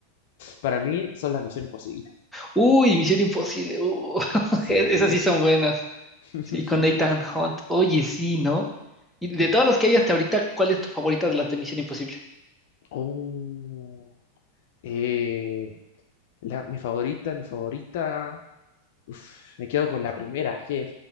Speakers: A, on the left; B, in the centre.
A: Para mí son las Misión Imposible.
B: Uy, Misión Imposible. uh, <laughs>
A: Sí.
B: esas sí son buenas.
A: <laughs>
B: Sí, con Nathan Hunt. Oye, sí, ¿no? Y de todas las que hay hasta ahorita, ¿cuál es tu favorita de las de Misión Imposible?
A: Oh, eh, la, mi favorita, mi favorita. Uf, me quedo con la primera, es que